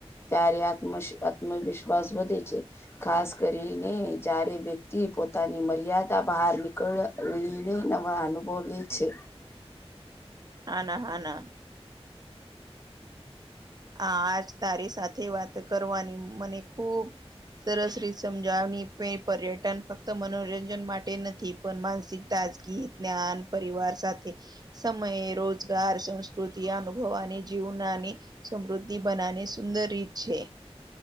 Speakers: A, on the left; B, on the right.
A: ત્યારે આત્મશ આત્મવિશ્વાસ વધે છે. ખાસ કરીને જારે વ્યક્તિ પો તાની મર્યાદા બાહાર નીકળલીને નવા અનુભવ લે છે.
B: હાના હાના. આજ તારી સાથે વાત કરવાની મને ખુબ સરસ રીસમ જાવની પે પર્યટન ફક્ત મનોરંજન માટે નથી. પણ માનસિક તાજગી, જ્ઞાન પરિવાર સાથે સમયે રોજગાર, સંસ્કૃતિ અનુભવાની, જીવનાની સમૃદ્ધિ બનાને સુંદર રીત છે.